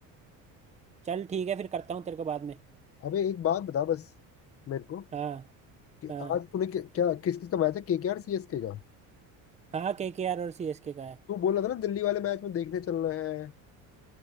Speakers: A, on the right; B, on the left.
A: चल ठीक है फिर करता हूँ तेरे को बाद में
B: अबे एक बात बता बस मेरे को
A: हाँ
B: कि
A: हाँ
B: आज तूने क्या, क्या किस किस का मैच है केकेआर सीएसके का
A: हाँ के के आर और सी एस के का है
B: तू बोल रहा था ना दिल्ली वाले मैच में देखने चलना है